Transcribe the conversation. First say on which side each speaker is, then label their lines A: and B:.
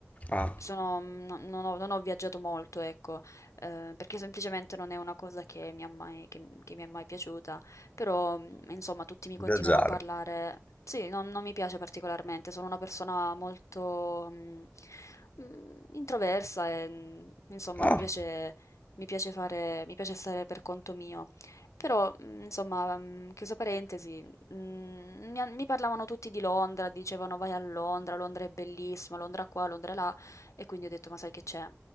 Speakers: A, on the left; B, on the left.
A: Ah,
B: Sono mhmm, no non ho non ho viaggiato molto, ecco, ehm, perché semplicemente non è una cosa che mi ha mai che m che mi è mai piaciuta, però, mhmm, insomma tutti mi continuano
A: viaggiare.
B: a parlare sì, non non mi piace particolarmente, sono una persona molto, mhmm, mhmm, introversa e, mhmm, insomma
A: Ah,
B: mi piace mi piace fare mi piace stare per conto mio. Però, mhmm, insomma, mhmm, chiusa parentesi, mhmm, mi han mi parlavano tutti di Londra, dicevano: "Vai a Londra, Londra è bellissima, Londra qua, Londra là". E quindi ho detto: "Ma sai che c'è?